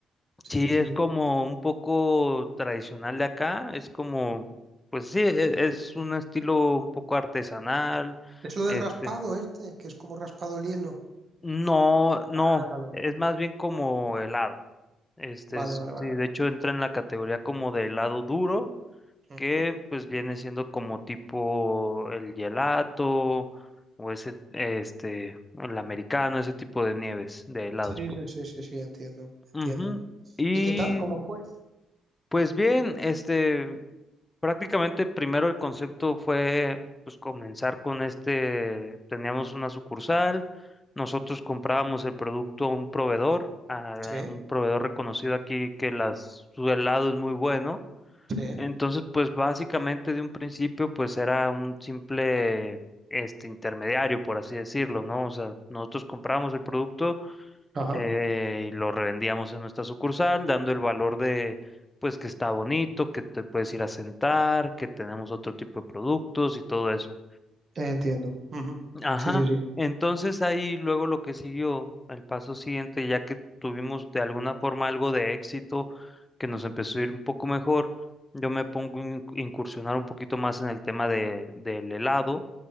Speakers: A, on the right (about 45°); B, on the left (about 15°).
A: Sí,
B: Sí,
A: sí,
B: es
A: sí. sí.
B: como un poco tradicional de acá, es como, pues sí, e- es un estilo un poco artesanal,
A: Es lo del
B: este,
A: raspado, este, que es como raspado el hielo.
B: no, no,
A: Ah, vale.
B: es más bien como helado. Este
A: Vale,
B: es,
A: vale, vale.
B: sí,
A: vale.
B: de hecho entra en la categoría como de helado duro.
A: Ujú.
B: que pues viene siendo como tipo el gelato o ese, este, el americano, ese tipo de nieves, de helados,
A: Sí,
B: pues.
A: sí, sí, sí, sí, entiendo,
B: Ujú.
A: entiendo.
B: Y
A: ¿Y qué tal? ¿Cómo fue?
B: pues bien, este, prácticamente primero el concepto fue pues comenzar con este, teníamos una sucursal, nosotros comprábamos el producto a un proveedor, a
A: Sí,
B: un proveedor reconocido aquí que las, su helado es muy bueno.
A: sí.
B: Entonces, pues básicamente de un principio, pues era un simple este intermediario, por así decirlo, ¿no? O sea, nosotros comprábamos el producto
A: Ajá,
B: eh, y lo revendíamos en nuestra sucursal, dando el valor de, pues que está bonito, que te puedes ir a sentar, que tenemos otro tipo de productos y todo eso.
A: entiendo. Ujú.
B: Ajá,
A: Sí, sí, sí.
B: entonces ahí luego lo que siguió, el paso siguiente, ya que tuvimos de alguna forma algo de éxito, que nos empezó a ir un poco mejor, yo me pongo a in- incursionar un poquito más en el tema de, del helado